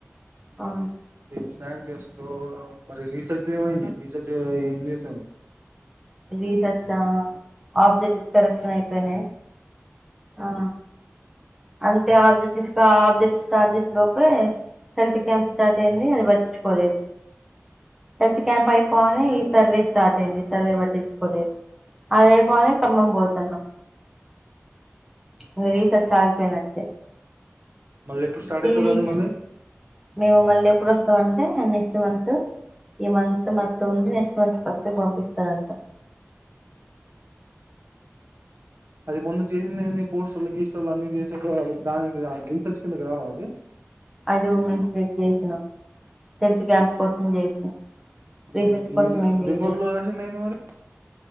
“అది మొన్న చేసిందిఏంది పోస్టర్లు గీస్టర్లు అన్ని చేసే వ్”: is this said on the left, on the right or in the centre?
Right